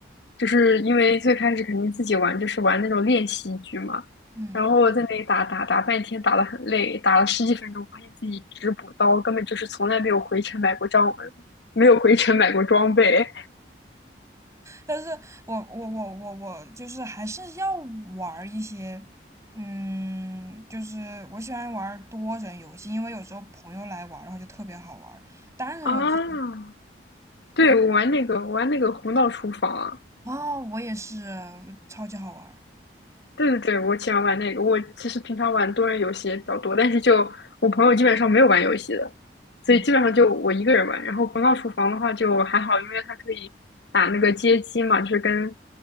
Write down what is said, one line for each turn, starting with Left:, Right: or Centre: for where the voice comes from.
Left: 就是因为最开始肯定自己玩，就是玩那种练习局嘛，
Right: 嗯，
Left: 然后我在那里打打打半天，打得很累，打了十几分钟，发现自己只补刀，根本就是从来没有回城买过装，没有回城买过装备
Right: 但是我我我我我就是还是要玩儿一些，嗯，就是我喜欢玩儿多人游戏，因为有时候朋友来玩儿的话就特别好玩儿单人游戏
Left: 啊！对，我玩那个我玩那个胡闹厨房，
Right: 哦，我也是超级好玩
Left: 对对对，我喜欢玩那个。我其实平常玩多人游戏也比较多，但是就我朋友基本上没有玩游戏的，所以基本上就我一个人玩。
Right: 嗯，
Left: 然后《头脑厨房》的话就还好，因为它可以打那个街机嘛，就是跟